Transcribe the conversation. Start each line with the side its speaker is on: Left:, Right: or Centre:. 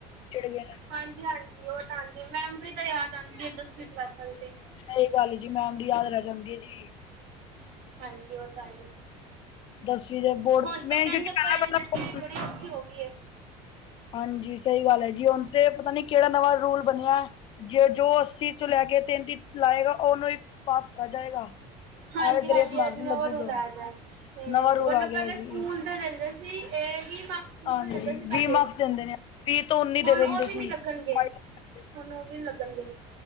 Left: ਜਿਹੜੇ
Right: ਹਾਂਜੀ, ਹਾਂਜੀ ਉਹ ਤਾਂ ਆਂਦੀ, ਮੈਮਰੀ ਤਾਂ ਯਾਦ ਆਂਦੀ ਏ ਦਸਵੀਂ ਕਲਾਸਾਂ ਦੀ ਤੇ।
Left: ਸਹੀ ਗੱਲ ਹੀ ਜੀ, ਮੈਮਰੀ ਯਾਦ ਰਹਿ ਜਾਂਦੀ ਹੈ ਜੀ।
Right: ਹਾਂਜੀ, ਉਹ ਤਾਂ ਹੈ।
Left: ਦਸਵੀ ਦੇ ਬੋਰਡ
Right: ਹੁਣ ਤਾਂ
Left: ਮੈਂ
Right: ਕਹਿੰਦੇ
Left: ਕਿਉਂਕਿ ਪਹਿਲਾਂ
Right: ਪਏ ਨੇ ਦਸਵੀਂ
Left: ਪਲ
Right: ਬੜੀ ਔਖੀ ਹੋ ਗਈ ਏ।
Left: ਹਾਂਜੀ ਸਹੀ ਗੱਲ ਹੈ ਜੀ, ਹਣ ਤੇ ਪਤਾ ਨੀ ਕਿਹੜਾ ਨਵਾਂ ਰੂਲ ਬਣਿਆ ਐ, ਜੇ ਜੋ ਅੱਸੀ ਚ ਲੈ ਕੇ ਤਿੰਨਤੀ ਲਾਏਗਾ, ਉਹਨੂੰ ਹੀ ਪਾਸ ਕੀਤਾ ਜਾਏਗਾ।
Right: ਹਾਂਜੀ,
Left: ਐਵੇਂ ਗ੍ਰੇਸ
Right: ਹਾਂਜੀ
Left: ਮਾਰਕ
Right: ਐ ਤੇ
Left: ਨੀ
Right: ਨਵਾ
Left: ਲੱਗੂਗਾ
Right: ਰੂਲ ਆ ਗਿਆ। ਹੂ,
Left: ਨਵਾਂ ਰੂਲ
Right: ਹੁਣ
Left: ਆ
Right: ਪਹਿਲੇ
Left: ਗਿਆ ਜੀ
Right: ਸਕੂਲ ਦਿੰਦੇ ਸੀ, ਇਹ ਵੀ ਮਾਸ ਸਕੂਲ
Left: ਹਾਂਜੀ
Right: ਜਾਂਦੇ ਸੀ ਪਹਿਲੇ,
Left: ਵੀਹ ਮਾਰਕਸ ਦਿੰਦੇ ਨੇ ਵੀਹ ਤੋਂ ਉੱਨੀ
Right: ਹੁਣ
Left: ਦੇ ਦਿੰਦੇ
Right: ਉਹ ਵੀ
Left: ਸੀ
Right: ਨੀ ਲੱਗਣਗੇ।
Left: ਹਾਂਜੀ
Right: ਹੁਣ ਉ ਵੀ ਨੀ ਲੱਗਣਗੇ।